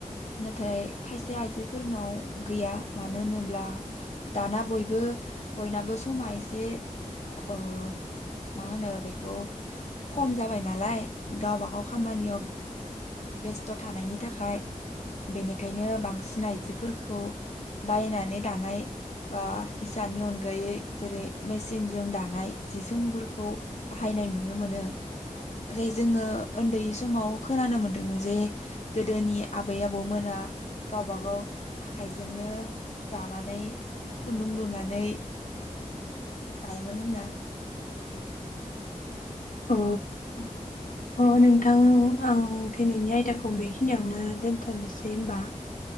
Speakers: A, on the left; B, on the left.
A: नाथाय खायसे आइजोफोरनाव गैया मानो होनोब्ला दाना बयबो बयनाबो समा एसे ओं मा होनो बेखौ खम जाबाय नालाय गावबाागाव खामानियाव बेस्थ' थानायनि थाखाय बेनिखायनो बांसिन आइजोफोरखौ बायनानै दानाय बा हिसाननि अनगायै जेरै मेसिन मेसिनजों दानाय जि जोमफोरखौ बाहायनाय नुनो मोनो ओरै जोङो उन्दै सम समाव खोनानो मोनदोंमोन जे गोदोनि आबै आबौमोना गावबा गाव आखाइजोंनो दानानै खुन्दुं लुनानै दायोमोन होनना <inaudible>
B: औ अ नोंथां आं दिनैनि आयदाखौ बेखिनियावनो दोन्थ'नोसै होमबा।